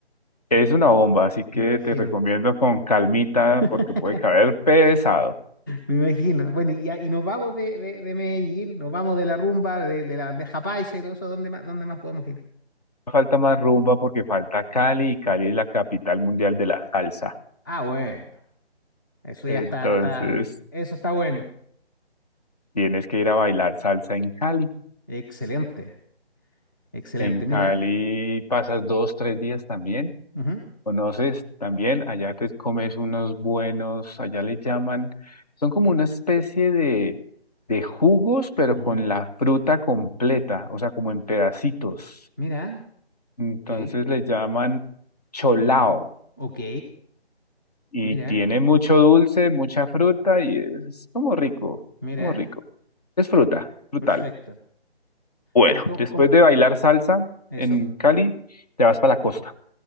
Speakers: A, on the left (about 35°); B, on the left (about 20°).
A: es una bomba, así que
B: Me imagino.
A: te recomiendo con calmita porque
B: <laughs>
A: puede caer pesado.
B: Me imagino. Bueno, y, ya- y nos vamos de, de, de Medellín, nos vamos de la rumba, de, de la bandeja paisa y todo eso. ¿Dónde más, dónde más podemos ir?
A: Falta más rumba porque falta Cali y Cali es la capital mundial de la salsa.
B: Ah, bueno. Eso
A: Entonces...
B: ya está, está... Eso está bueno.
A: Tienes que ir a bailar salsa en Cali.
B: Excelente. Excelente,
A: En Cali
B: mira. ¿eh?
A: pasas dos, tres días también.
B: Ujú,
A: Conoces también, allá te comes unos buenos, allá le llaman, son como una especie de, de jugos, pero
B: ujú.
A: con la fruta completa, o sea, como en pedacitos.
B: Mira,
A: Entonces
B: ok,
A: le llaman cholao
B: ok,
A: y
B: mira,
A: tiene mucho dulce, mucha fruta y es como rico,
B: mira,
A: como rico. Es fruta, frutal.
B: perfecto.
A: Bueno,
B: Eh, ¿cómo,
A: después
B: cómo-
A: de bailar salsa
B: Eso,
A: en Cali, te vas para la costa.